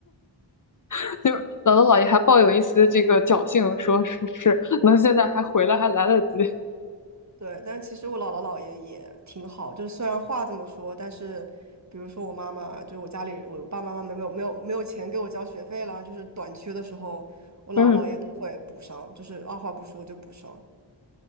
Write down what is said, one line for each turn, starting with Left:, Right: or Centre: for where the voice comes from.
Left: <laughs> 就是姥姥姥爷还抱有一丝这个侥幸，说是不是能现在还回来还来得及？
Right: 对，但是其实我姥姥姥爷也挺好，就是虽然话这么说，但是比如说我妈妈，就是我家里我爸爸妈妈没有没有没有钱给我交学费了，就是短缺的时候，我姥姥姥爷都会补上，
Left: <laughs> 嗯，
Right: 就是二话不说就补上。